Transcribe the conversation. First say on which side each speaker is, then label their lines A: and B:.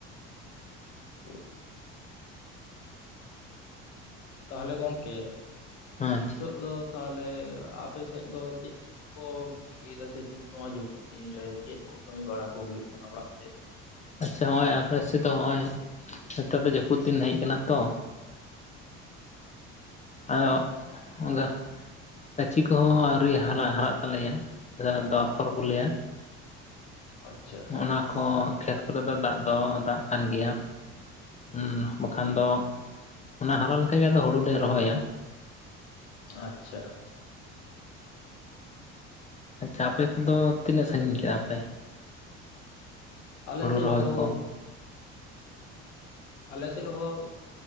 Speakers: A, on the left; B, on the left.
A: <inaudible> ᱛᱟᱦᱚᱞᱮ ᱜᱚᱝᱠᱮ
B: ᱟᱪᱪᱷᱟ
A: ᱱᱤᱛᱚᱜ ᱫᱚ ᱛᱟᱦᱚᱞᱮ ᱟᱯᱮ ᱥᱮᱫ ᱫᱚ ᱪᱮᱫ ᱠᱚ ᱪᱤᱠᱟᱹᱭᱮᱫᱟ ᱥᱮ ᱪᱤᱱᱛᱟᱹᱼᱟ ᱡᱟᱹᱯᱩᱫ ᱫᱤᱱ ᱨᱮ ᱪᱮᱫ ᱠᱚ ᱠᱟᱹᱢᱤ ᱵᱟᱲᱟ ᱠᱚ ᱦᱩᱭᱩᱜ ᱠᱟᱱᱟ ᱚᱲᱟᱜ ᱥᱮᱫ?
B: ᱟᱪᱪᱷᱟ ᱱᱚᱜᱼᱚᱭ ᱟᱯᱮ ᱥᱮᱫ ᱫᱚ ᱱᱚᱜᱼᱚᱭ ᱱᱮᱛᱟᱨ ᱫᱚ ᱡᱟᱹᱯᱩᱫ ᱫᱤᱱ ᱦᱮᱡ ᱠᱟᱱᱟ ᱛᱚ᱾ ᱟ ᱚᱜ ᱟᱫᱚ ᱜᱟᱹᱪᱷᱤ ᱠᱚᱦᱚᱸ ᱟᱹᱣᱨᱤ ᱦᱟᱨᱟ ᱦᱟᱨᱟᱜ ᱛᱟᱞᱮᱭᱟ ᱟᱞᱮᱥᱮᱫ ᱫᱚ ᱟᱯᱷᱚᱨ ᱠᱚ ᱞᱟᱹᱭᱟ
A: ᱟᱪᱪᱷᱟ
B: ᱚᱱᱟ ᱠᱚ ᱠᱷᱮᱛ ᱠᱚᱨᱮ ᱫᱚ ᱫᱟᱜ ᱫᱚ ᱫᱟᱜ ᱠᱟᱱ ᱜᱮᱭᱟ᱾ ᱦᱩᱸ ᱵᱟᱠᱷᱟᱱ ᱫᱚ ᱚᱱᱟ ᱦᱟᱨᱟ ᱞᱮᱠᱟ ᱜᱮ ᱟᱫᱚ ᱦᱩᱲᱩ ᱞᱮ ᱨᱚᱦᱚᱭᱟ᱾
A: ᱟᱪᱪᱷᱟ
B: ᱟᱪᱪᱷᱟ ᱟᱯᱮ ᱠᱚᱫᱚ ᱛᱤᱱᱟᱹᱜ ᱥᱟᱺᱜᱤᱧ ᱠᱮᱫᱟᱯᱮ?
A: ᱟᱞᱮ ᱥᱮᱫ
B: ᱨᱚᱦᱚᱭ
A: ᱦᱚᱸ
B: ᱠᱚ?
A: ᱟᱞᱮᱥᱮᱫ ᱦᱚᱸ